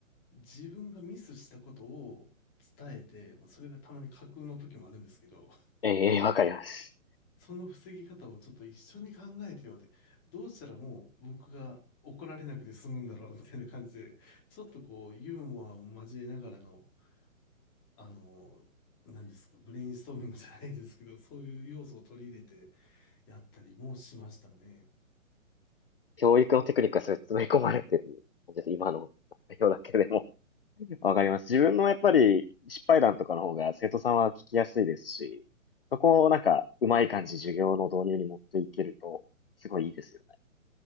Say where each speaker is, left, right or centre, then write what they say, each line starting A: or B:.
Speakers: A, on the left; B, on the left.
A: 自分がミスしたことを伝えて、まあ、それがたまに架空の時もあるんですけど、
B: え、ええ、わかります。
A: その防ぎ方をちょっと一緒に考えてよって、どうしたらもう僕が怒られなくて済むんだろうみたいな感じで、ちょっとこうユーモアを交えながらの、あの、何ですか、ブレインストーミングじゃないですけど、そういう要素を取り入れてやったりもしましたね。
B: 教育のテクニックがすごい詰め込まれてる。ちょっと今の内容だけでも <laughs> わかります。自分のやっぱり失敗談とかの方が生徒さんは聞きやすいですし、そこをなんかうまい感じ授業の導入に持っていけると、すごいいいですよね。